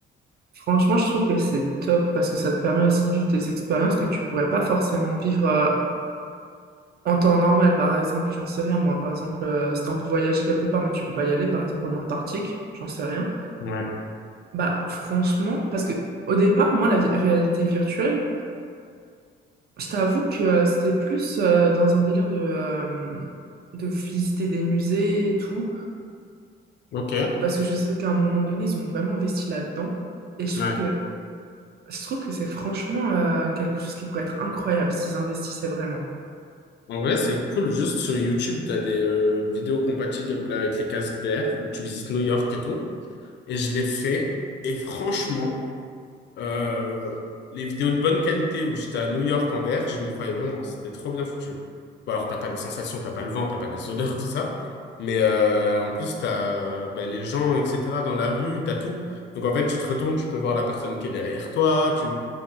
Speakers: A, on the right; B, on the left.
A: Franchement, je trouve que c'est top parce que ça te permet aussi de vivre des expériences que tu pourrais pas forcément vivre euh, en temps normal. Par exemple, j'en sais rien, moi, par exemple, euh, si t'as envie de voyager quelque part, mais tu peux pas y aller, par exemple, en Antarctique, j'en sais rien.
B: Ouais,
A: Bah, franchement, parce que au départ, moi, la vi- réalité virtuelle, je t'avoue que euh, c'était plus euh, dans un délire de, euh, de visiter des musées et tout,
B: ok,
A: parce que je sais qu'à un moment donné, ils ont vraiment investi là-dedans. Et je trouve
B: ouais.
A: que Je trouve que c'est franchement euh, quelque chose qui pourrait être incroyable s'ils investissaient vraiment.
B: En vrai, c'est cool. Juste sur YouTube, tu as des euh, vidéos compatibles avec les casques VR où tu visites New York et tout. Et je l'ai fait. Et franchement, euh, les vidéos de bonne qualité où j'étais à New York en VR, je m'y croyais vraiment. C'était trop bien foutu. Bon, alors, t'as pas les sensations, t'as pas le vent, t'as pas les odeurs, <laughs> tout ça. Mais euh, en plus, t'as ben, les gens, etc. dans la rue, t'as tout. Donc, en fait, tu te retournes, tu peux voir la personne qui est derrière toi. Tu,